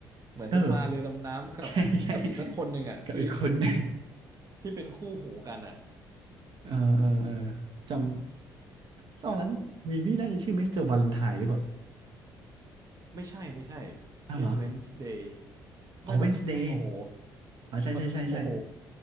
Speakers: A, on the right (about 40°); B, on the right (about 60°).
A: เหมือนจะมาเรือดำน้ำกับกับอีกสักคนหนึ่งอะที่
B: เออใช่ใช่กับอีกคนหนึ่ง
A: ที่เป็นคู่หูกันอะ
B: เออเออเออจำตอนนั้นวีวีน่าจะชื่อมิสเตอร์วาเลนไทน์หรือเปล่า
A: ไม่ใช่ไม่ใช่
B: อ้าวเหรอ
A: Miss Wednesday
B: อ๋อเวนสเดย์
A: น่าจะโอ้โห
B: อ๋อใช่ใช่ใช่ใช่
A: มัน โอ้โห